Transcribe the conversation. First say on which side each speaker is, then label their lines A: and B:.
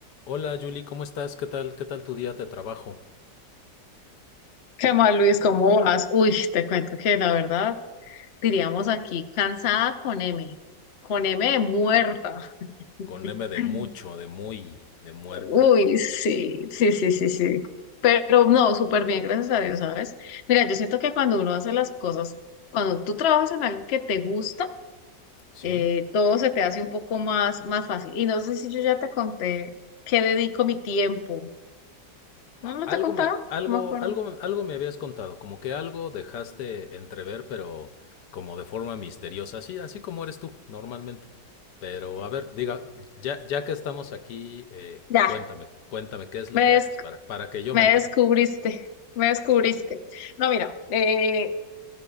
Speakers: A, on the left; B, on the left.
A: Hola Julie, ¿cómo estás? ¿Qué tal? ¿Qué tal tu día de trabajo?
B: ¿Qué más, Luis? ¿Cómo vas? Uy, te cuento que la verdad, diríamos aquí, cansada con M, con M de muerta.
A: Con M
B: <laughs>
A: de mucho, de muy, de muerta.
B: Uy, sí, sí, sí, sí, sí. Pero no, súper bien, gracias a Dios, ¿sabes? Mira, yo siento que cuando uno hace las cosas, cuando tú trabajas en algo que te gusta,
A: ¿Sí?
B: eh, todo se te hace un poco más, más fácil. Y no sé si yo ya te conté qué dedico mi tiempo.
A: A-
B: ¿No, no
A: Algo
B: te he contado?
A: me, algo,
B: No me acuerdo.
A: algo, algo me habías contado, como que algo dejaste entrever, pero como de forma misteriosa, así, así como eres tú, normalmente. Pero a ver, diga, ya, ya que estamos aquí, eh,
B: Ya,
A: cuéntame, cuéntame qué es lo
B: ves,
A: que haces para, para que yo
B: Me
A: me entere.
B: descubriste, me descubriste. No, mira, eh,